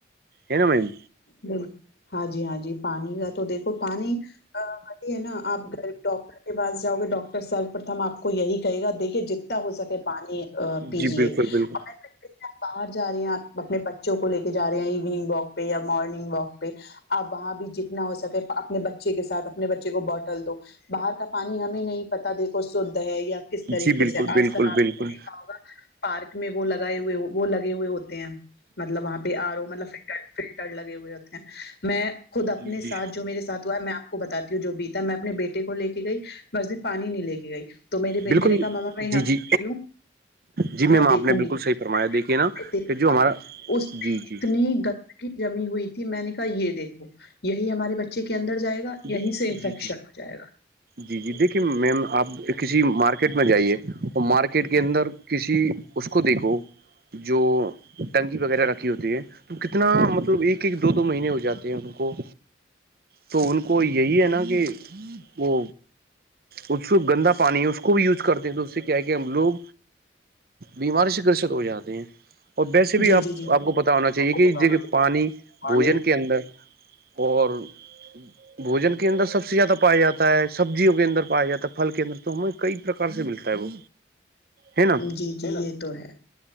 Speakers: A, on the right; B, on the left.
A: ہے نا میم
B: ب ہاں جی ہاں جی پانی کا تو دیکھو پانی بی ہے نا آپ گھر ڈاکٹر کے پاس جاؤ گے ڈاکٹر صرب پرتم آپ کو یہی کہے گا دیکھیے جتنا ہو سکے پانی
A: جی
B: پیجیے
A: بالکل
B: اور
A: بالکل
B: آپ باہر جا رہی ہیں آپ اپنے بچوں کو لے کے جا رہے ہیں ایوننگ واک پہ یا مارننگ واک پہ آپ وہاں بھی جتنا ہو سکے اپنے بچے کے ساتھ اپنے بچے کو بوٹل دو باہر کا پانی ہمیں نہیں پتا دیکھو شھ ہے یا کس طریقے
A: جی بالکل
B: سے
A: بالکل
B: آج کل آپ
A: بالکل
B: نے دیکھا ہوگا پارک میں وہ لگائے ہوئے وہ لگے ہوئے ہوتے ہیں مطلب وہاں پہ آرو مطلب فلٹر لگے ہوئے ہوتے ہیں میں خود اپنے
A: جی جی
B: سھ جو میرے سات ہوا ہے میں آپ کو بتاتی ہوں جو بی میں اپنے بیٹے کو لے کے گئی مسجد پانی نہیں لے کے گئی تو میرے
A: بالکل
B: بیٹے نے کہا ماما میں یہاں
A: جی جی
B: سے پی لوں
A: جی میم
B: میں
A: آپ
B: دیکھوں
A: نے بالکل
B: گی
A: صحیح فرمایا دیکھیے
B: وہاں
A: نا
B: پہ دیکھا
A: کہ جو ہمارا
B: اس میں
A: جی جی
B: اتنی گندگی جمی ہوئی تھی میں نے کہا یہ دیکھو یہی ہمارے بچے کے اندر جائے گا
A: جی
B: یہیں سے انفیکشن
A: جی
B: ہو جائے گا
A: جی جی دیکھیے میم آپ کسی مارکیٹ میں جائیے اور مارکیٹ کے اندر کسی اس کو دیکھو جو ٹنکی وغیرہ رکھی ہوتی ہے تو کتنا مطلب ایک ایک دو دو مہینے ہو جاتے ہیں ان کو تو ان کو یہی ہے نا کہ وہ اس کو گندا پانی ہے اس کو بھی یوز کرتے ہیں تو اس سے کیا ہے کہ ہم لوگ بیماری سے گرست ہو جاتے ہیں اور ویسے بھی
B: جی
A: آپ
B: جی جی
A: آپ کو پت ہونا
B: آپ
A: چاہیے
B: کو پتا
A: کہ
B: ہونا
A: د
B: چاہیے
A: پانی
B: کہ
A: بوجن
B: پانی
A: کے اندر اور بوجن کے اندر سب سے زیادہ پایا جا ہے سبزیوں کے اندر پایا جات ہےھل کے اندر تو ہمیں کئی پرکار سے ملتا ہے وہ ہے نا
B: جی جی یہ تو ہے